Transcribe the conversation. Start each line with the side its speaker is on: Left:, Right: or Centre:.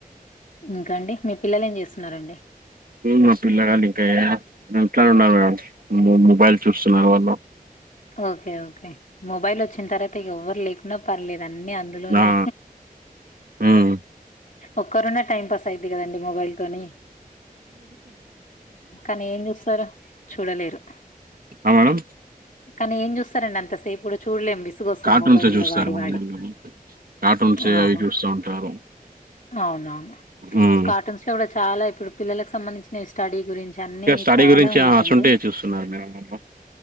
Left: ఇంకా అండి మీ పిల్లలు ఏం చేస్తున్నారండి
Right: మా పిల్లగాలు ఇంకా ఎట్లానే ఉన్నారు మే మొబైల్ చూస్తున్నారు వాళ్ళు
Left: ఓకే ఓకే మొబైల్ వచ్చిన తర్వాత ఎవ్వరు లేకున్నా పర్లేదు అన్నీ అందులోనే
Right: ఆ మ్మ్
Left: ఒక్కరు ఉన్న టైం పాస్ అయిది కదండి మొబైల్ తోని కానీ ఏం చూస్తారు చూడలేరు
Right: ఆ మేడమ్
Left: కానీ ఏం చూస్తారండి అంతసేపు కూడ చూడలెం విసి విసుగొస్తది
Right: కార్టూన్సే
Left: మొబైల్ కూడా
Right: చూస్తారు
Left: వాడి
Right: మేడం
Left: వాడి
Right: వీళ్ళు కార్టూన్సే
Left: ఆ
Right: అవి
Left: హ
Right: చూస్తా ఉంటారు
Left: అవునవును
Right: మ్మ్
Left: కార్టూన్స్ కూడా చాలా ఇప్పుడు పిల్లలకు సంబంధించి న స్టడీ గురించి అన్ని
Right: ఇ స్టడీ
Left: చాలా
Right: గురించిస్తుఆ
Left: ఉన్నాయండి
Right: అసువంటియె చూస్తున్నారు మేడం వాళ్ళు